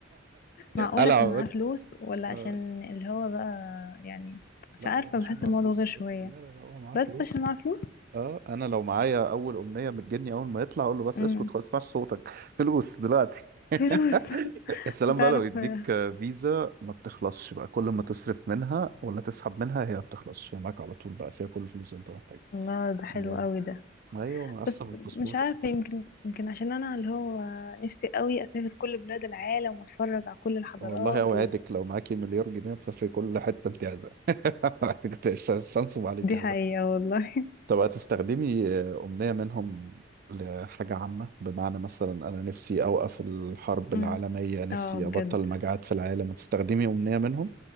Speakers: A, on the left; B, on the right.
A: معقول
B: قلع
A: عشان
B: عمت
A: معاه فلوس ولا
B: آه،
A: عشان اللي هو بقى يعني مش
B: لا
A: عارفه
B: هو عشان
A: بحس
B: معاه
A: الموضوع
B: فلوس
A: غير
B: بس
A: شويه
B: لا لا لا هو معاه
A: بس
B: فلوس
A: عشان معاه فلوس
B: اه انا لو معايا اول امنيه من الجني اول ما يطلع اقول له بس
A: امم
B: اسكت خلاص اسمعش صوتك فلوس دلوقتي
A: فلوس
B: <laughs>
A: <laughs>
B: يا سلام
A: تعرف
B: بقى لو يديك
A: آه،
B: فيزا ما بتخلصش بقى كل ما تصرف منها ولا تسحب منها هي ما بتخلصش هي معاك على طول بقى فيها كل الفلوس اللي انت محتاجها
A: الله ده حلو
B: yeah.
A: قوي ده
B: ايوه ما احسن
A: بس
B: من الباسبور
A: مش عارفة يمكن يمكن عشان أنا اللي هو نفسي قوي أسافر كل بلاد العالم وأتفرج على كل
B: <laughs>
A: الحضارات
B: والله اوعدك
A: و...
B: لو معاكي مليار جنيه تسافري كل حته انت عايزاها <laughs> شانس عليك
A: دي حقيقة والله
B: طب هتستخدمي أمنية منهم لحاجة عامة بمعنى مثلا أنا نفسي أوقف الحرب
A: <laughs>
B: العالمية
A: امم
B: نفسي
A: اه بجد
B: أبطل المجاعات في العالم هتستخدمي أمنية منهم